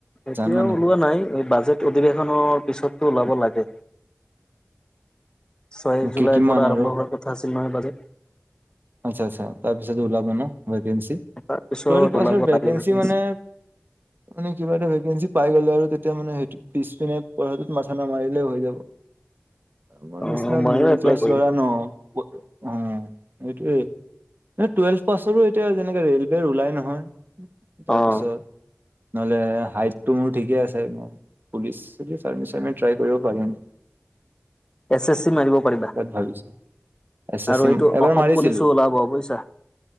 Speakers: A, on the left; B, on the right.
A: এতিয়াও
B: জানা নেকি
A: ওলোৱা নাই এই বাজেট অধিৱেশনৰ পিছতো ওলাব লাগে। ছয় জুলাইৰ
B: কি কিমান
A: পৰা আৰম্ভ
B: আৰু
A: হোৱাৰ কথা আছিল নহয় বাজেট।
B: আচ্ছা আচ্ছা তাৰ পিছত ওলাব ন ভেকেঞ্চি?
A: তাৰপিছত
B: টুৱেলভ পাছৰ
A: ওলাব তাৰে ভেকেঞ্চি।
B: মানে মানে কিবা এটা ভেকেঞ্চি পাই গ'লে আৰু তেতিয়া মানে সেইটো। পিছ পিনে পঢ়াটো মাথা না মাৰিলেও হৈ যাব। মোৰ
A: অ'
B: নিচিনা
A: ময়ো
B: মিডিল
A: এপ্লাই
B: ক্লাছ
A: কৰিম।
B: লৰা ন‌ প উম সেইটোৱে টুৱেলভ পাছৰো এতিয়া যেনেকে ৰেলৱেৰ ওলাই নহয়। তাৰপিছত
A: অ'
B: নহলে হাইট টো মোৰ ঠিকে আছে। পুলিচ চুলিচ চাৰ্মিচমি ট্ৰাই কৰিব পাৰিম।
A: এছ এছ চি মাৰিব পাৰিবা।
B: তাত ভাবিছো এছ
A: আৰু
B: এছ চি
A: এইটো
B: এবাৰ
A: অসম
B: মাৰিছিলো
A: পুলিচ ওলাব বুজিছা।